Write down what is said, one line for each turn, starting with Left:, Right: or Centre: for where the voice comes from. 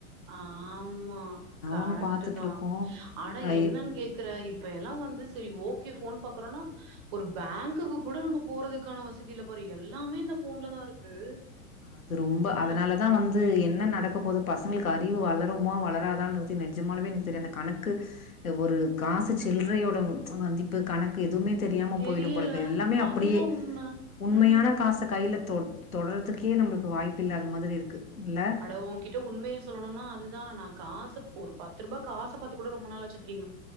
Right: ஆமா கரெக்ட்தா
Left: ஒண்ணு பாத்துட்ருக்கோம்.
Right: அட
Left: அ
Right: என்னன்னு
Left: இப்
Right: கேக்குற இப்ப எல்லா வந்து செரி ஓகே போன் பாக்ரொனா ஒரு ஃபேங்குக்கு கூட நம்ம போறதுக்கான வசதியில பாரு எல்லாமே இந்த போன்லதா இருக்கு
Left: அது ரொம்ப
Right: ஆ
Left: அதனாலதா வந்து என்ன நடக்க போது பஸ் உங்களுக்கு அறிவு வளருமா வளராதான்றது நெஜமாலுமே எனக்கு தெரியாது கணக்கு ஒரு காசு சில்ரையோட மதிப்பு கணக்கு எதுவுமே தெரியாம
Right: தெரியல
Left: போயிடும் போலருக்கு எல்லாமே அப்டியே
Right: அதுதான் உண்ம
Left: உண்மையான
Right: ம்
Left: காசு கையில தொட் தொடர்து த்துக்கே நம்மளுக்கு வாய்ப்பில்லாத மாதிரி இருக்கு இல்ல?
Right: அட ஓங்கிட்ட உண்மைய சொல்லணுனா அதுதா நா காசு ஒரு பத்து ரூபா காசு த்த பாத்து கூட ரொம்ப நாள் ஆச்சு திரீவ்